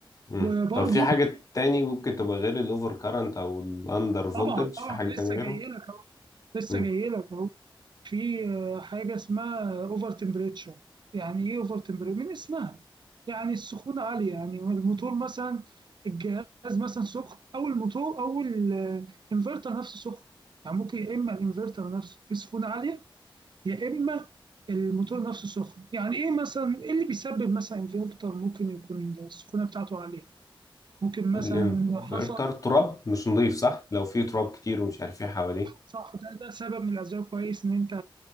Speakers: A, on the left; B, on the right.
A: مم.
B: وبرضو
A: طب في حاجة تاني ممكن تبقى غير الاوفر كارنت او الاندر فولتج
B: طبعا طبعا
A: في حاجة
B: لسه
A: تانية غيره
B: جاي لك اهو لسه
A: مم.
B: جاي لك اهو في آه، حاجه اسمها اوفر تمبريتشر يعني ايه اوفر تمبريتشر من اسمها يعني السخونه عاليه يعني الموتور مثلا الجهاز مثلا سخن او الموتور او الانفرتر نفسه سخن يعني ممكن يا اما الانفرتر نفسه فيه سخونه عاليه يا اما الموتور نفسه سخن يعني ايه مثلا ايه اللي بيسبب مثلا انفرتر ممكن يكون السخونه بتاعته عاليه ممكن مثلا
A: الانفرتر
B: حصل
A: تراب مش نضيف صح لو في تراب كتير ومش عارف ايه حواليه
B: صح ده ده سبب من الأسباب كويس إن أنت